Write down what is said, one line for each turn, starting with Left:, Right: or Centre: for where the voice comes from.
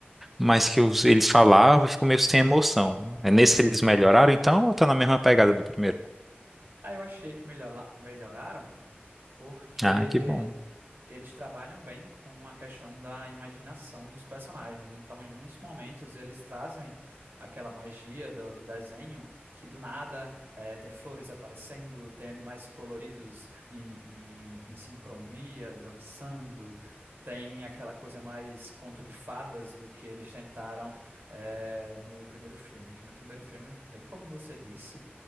Centre: mas que os- eles falavam, ficou meio sem emoção. É, Nesse eles melhoraram, então, ou tá na mesma pegada do primeiro?
Right: Aí eu achei que melhora- melhoraram, porque
Centre: Ah, que bom.
Right: eles trabalham bem com a questão da imaginação dos personagens. Então, em muitos momentos, eles trazem aquela magia do, do desenho que do nada eh, tem flores aparecendo, tem animais coloridos em, em, em sincronia, dançando. Tem aquela coisa mais conto de fadas do que eles tentaram eh, no primeiro filme, que no primeiro filme, bem como você disse,